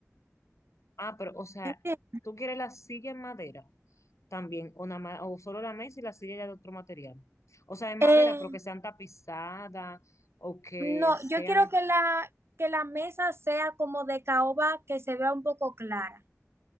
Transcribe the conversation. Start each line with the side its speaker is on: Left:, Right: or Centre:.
Left: Ah, pero, o sea,
Right: ¿Entiendes?
Left: tú quieres la silla en madera también, o, nada más- o solo la mesa y la silla ya de otro material. O sea, en
Right: Eh,
Left: madera, pero que sean tapizadas o que
Right: No, yo
Left: sean.
Right: quiero que la, que la mesa sea como de caoba que se vea un poco clara.